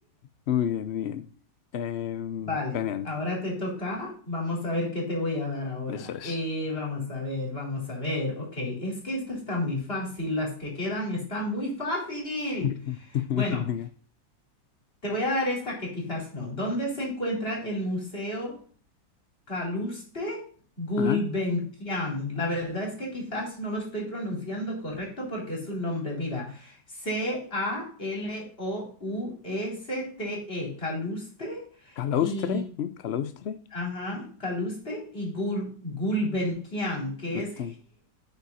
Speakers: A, on the left; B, on the left.
A: Muy bien, muy bien. Em,
B: Vale,
A: genial.
B: ahora te toca. Vamos a ver qué te voy a dar ahora.
A: Eso es.
B: Eh, vamos a ver, vamos a ver. Ok, es que esta está muy fácil. Las que quedan están muy fácil.
A: <laughs>
B: Bueno, te voy a dar esta que quizás no. ¿Dónde se encuentra el Museo Caluste Gulbenkian?
A: Ah,
B: La verdad es que quizás no lo estoy pronunciando correcto porque es un nombre. Mira, C-A-L-O-U-S-T-E, Caluste.
A: Calaustre,
B: Y
A: ¿eh? Calaustre.
B: Ajá, Caluste y Gul- Gulbenkian, que
A: Este-
B: es